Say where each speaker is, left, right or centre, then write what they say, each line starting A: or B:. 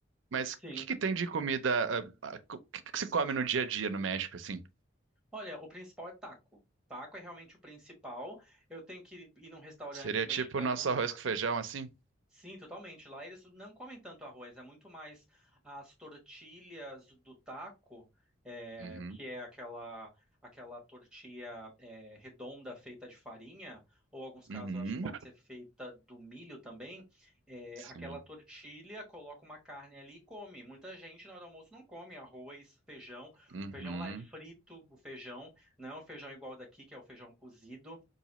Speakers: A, on the right (about 70°); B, in the centre.
A: Mas
B: Sim.
A: o que que tem de comida? ah, ah, co- O que que se come no dia a dia no México, assim?
B: Olha, o principal é taco. Taco é realmente o principal. Eu tenho que ir num restaurante
A: Seria
B: mexicano
A: tipo o nosso arroz com feijão, assim?
B: Sim, totalmente. Lá eles não comem tanto arroz, é muito mais as tortilhas do taco, é,
A: Uhum.
B: que é aquela aquela tortilha é, redonda feita de farinha, ou alguns casos
A: Uhum.
B: eu acho que pode ser feita do milho também. É,
A: Sim.
B: aquela tortilha coloca uma carne ali e come. Muita gente na hora do almoço não come arroz, feijão. O
A: Uhum.
B: feijão lá é frito, o feijão, não é o feijão igual daqui, que é o feijão cozido.